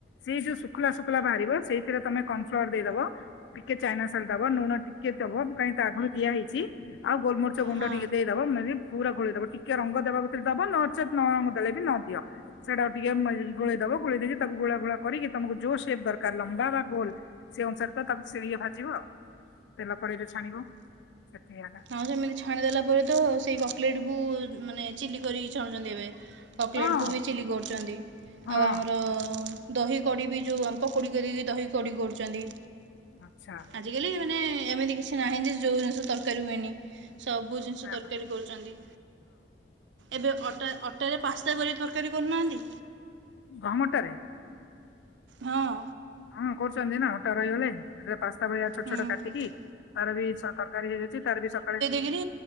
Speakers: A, on the left; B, on the right.
A: ସେଇ ଯୋଉ ଶୁଖୁଲା ଶୁଖୁଲା ବାହାରିବ ସେଇଥିରେ ତମେ କନ୍ ଫ୍ଲୋର ଦେଇଦବ। ଟିକେ ଚାଇନା ସଲ୍ଟ ଦବ ନୁଣ ଟିକେ ଦବ କାଇଁକି ତା ଆଗୁରୁ ଦିଆ ହେଇ ଚି ଆଉ ଗୋଲମର୍ଚ ଗୁଣ୍ଡ
B: ହଁ
A: ଟିକେ ଦେଇଦବ ମାଜି ପୁରା ଘୋଳିଦବ ଟିକେ ରଙ୍ଗ ଦେବାକୁ ଯଦି ଦବ ନ ନଚେତ ନ ରଙ୍ଗ ଦେଲେ ବି ନଦିଅ। ସେଇଟା ଆଉ ଟିକେ ମାଇ ଗୋଳେଇ ଦବ ଗୋଳେଇ ଦେଇକି ତାକୁ ଗୋଳା ଗୋଳା କରିକି ତମକୁ ଯୋ ସେପ୍ ଦରକାର ଲମ୍ବା ବା ଗୋଲ ସେ ଅନୁସାରେ ତ ତାକୁ ସେ ଇଏ ଭାଜିବ ତେଲ କଡେଇରେ ଛାଣିବ ସେତିକି।
B: ଆଉ ସେମିତି ଛାଣିଦେଲା ପରେ ତ ସେଇ କକଲେଟ୍ ବୁ ମାନେ ଚିଲି କରିକି ଛାଣୁଚନ୍ତି ଏବେ। କଟଲେଟକୁ
A: ହଁ
B: ବି ଚିଲ୍ଲି କରୁଚନ୍ତି ଆଉ
A: ହଁ
B: ଆମର ଦହି କଡ଼ି ବି ଯୋଉ ଅମ୍ପ କୋଡ଼ି କରିକି ଦହି କଡ଼ି କରୁଚନ୍ତି।
A: ଆଚ୍ଛା।
B: ଆଜିକାଲି ମାନେ ଏମିତି କିଛି ନାହିଁ ଯେ ଯୋଉ ଜିନିଷ ତରକାରୀ ହୁଏନି ସବୁ ଜିନିଷ
A: ହଁ
B: ତରକାରୀ କରୁଚନ୍ତି। ଏବେ ଅଟା ଅଟାରେ ପାସ୍ତା କରି ତରକାରୀ କରୁନାହାନ୍ତି।
A: ଗହମ ଅଟାରେ?
B: ହଁ
A: ହଁ କରୁଚନ୍ତି ନା ଅଟା ରହିଗଲେ। ଏଥିରେ ପାସ୍ତା ଭଳିଆ ଛୋଟ
B: ହୁଁ
A: ଛୋଟ କାଟିକି ତାର ବି ସ ତରକାରୀ ହେଇଯାଇଚି ତାର ବି ସକାଳେ
B: କିଣି